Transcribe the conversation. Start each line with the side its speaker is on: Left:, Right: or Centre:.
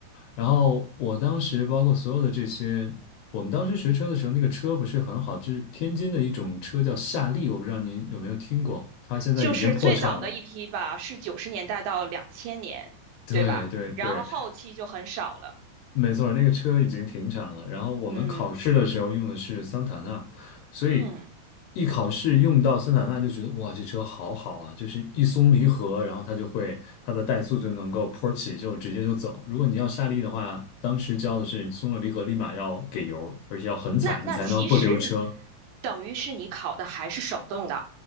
Left: 然后我当时包括所有的这些，我们当时学车的时候，那个车不是很好，就是天津的一种车叫夏利，我不知道您有没有听过，它现在已经破产了。
Right: 就是最早的一批吧，
Left: <laughs>
Right: 是九十年代到两千年，
Left: 对对对，
Right: 对吧？然后后期就很少了。
Left: 没错，那个车已经停产了。然后我们考试的时候用的是桑塔纳，
Right: 嗯
Left: 所以
Right: 嗯，
Left: 一考试用到桑塔纳就觉得哇，这车好好啊！就是一松离合，然后它就会它的怠速就能够坡起，就直接就走。如果你要下力的话，当时教的是松了离合立马要给油，而且要狠踩，
Right: 那那其实你
Left: 你才能不溜车。
Right: 等于是你考的还是手动的。